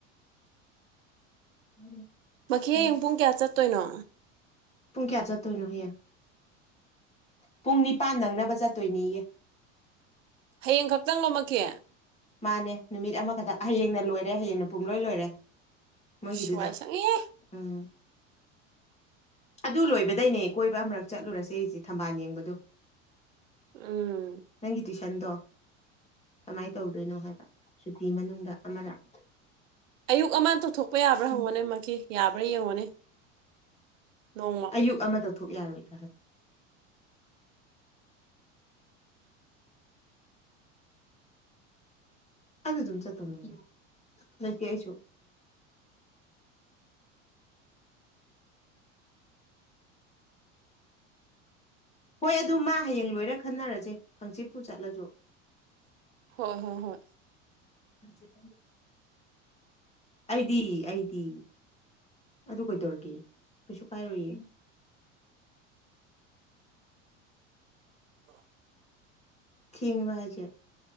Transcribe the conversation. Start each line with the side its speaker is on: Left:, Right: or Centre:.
Left: <unintelligible>
Right: ꯃꯈꯤ
Left: ꯎꯝ
Right: ꯍꯌꯦꯡ ꯄꯨꯡ ꯀ꯭ꯌꯥ ꯆꯠꯇꯣꯏꯅꯣ꯫
Left: ꯄꯨꯡ ꯀ꯭ꯌꯥ ꯆꯠꯇꯣꯏꯅꯣ ꯍꯌꯦꯡ ꯄꯨꯡ ꯅꯤꯄꯥꯟ ꯅꯪꯅꯕ ꯆꯠꯇꯣꯏꯅꯤ ꯌ‌ꯦ
Right: ꯍꯌꯦꯡ ꯈꯛꯇꯪ ꯂꯣ ꯃꯈꯤ꯫
Left: ꯃꯥꯅꯦ ꯅꯨꯃꯤꯠ ꯑꯃꯈꯇ ꯍꯌꯦꯡꯅ ꯂꯣꯏꯔꯦ ꯍꯌꯦꯡꯅ ꯄꯨꯝꯂꯣꯏ ꯂꯣꯏꯔꯦ ꯃꯣꯏꯒꯤꯗꯨꯗ
Right: ꯏꯁ ꯋꯥꯏ ꯁꯪꯉꯦꯍꯦ
Left: ꯎꯝ ꯑꯗꯨ ꯂꯣꯏꯕꯗꯩꯅꯦ ꯀꯣꯏꯕ ꯑꯃ꯭ꯔꯛ ꯆꯠꯂꯨꯔꯁꯦ ꯍꯩꯁꯦ ꯊꯝꯕꯥꯜ ꯌꯦꯡꯕꯗꯣ꯫
Right: ꯎꯝ꯫
Left: ꯅꯪꯒꯤ ꯇꯨꯏꯁꯟꯗꯣ ꯀꯃꯥꯏꯟ ꯇꯧꯗꯣꯏꯅꯣ ꯍꯥꯏꯕ ꯁꯨꯇꯤ ꯃꯅꯨꯡꯗ ꯑꯃ ꯂꯥꯛ꯫
Right: ꯑꯌꯨꯛ ꯑꯃ ꯇꯧꯊꯣꯛꯄ ꯌꯥꯕ꯭ꯔꯥ ꯍꯪꯉꯣꯅꯦ
Left: ꯎꯝ
Right: ꯃꯈꯤ ꯌꯥꯕ꯭ꯔꯥ ꯌꯦꯡꯉꯣꯅꯦ ꯅꯣꯡꯃ
Left: ꯑꯌꯨꯛ ꯑꯃ ꯇꯧꯊꯣꯛ ꯌꯥꯔꯣꯏꯗ꯭ꯔꯥ ꯍꯥꯏꯕ ꯑꯗꯨ ꯑꯗꯨꯝ ꯆꯠꯇꯧꯅꯦ ꯂꯩꯇ‌ꯦ ꯑꯩꯁꯨ
Right: <unintelligible>
Left: ꯍꯣꯏ ꯑꯗꯨ ꯃꯥ ꯍꯌꯦꯡ ꯂꯣꯏꯔ ꯈꯟꯅꯔꯁꯦ ꯍꯪꯆꯤꯠꯄꯨ ꯆꯠꯂꯁꯨ
Right: ꯍꯣ ꯍꯣ ꯍꯣꯏ꯫
Left: <unintelligible> ꯑꯩꯗꯤ ꯑꯩꯗꯤ ꯑꯗꯨ ꯀꯩꯗꯧꯔꯒꯦ ꯀꯩꯁꯨ ꯀꯥꯏꯔꯣꯏꯌꯦ
Right: ꯑꯣ
Left: ꯊꯦꯡꯕ ꯍꯥꯏꯁꯦ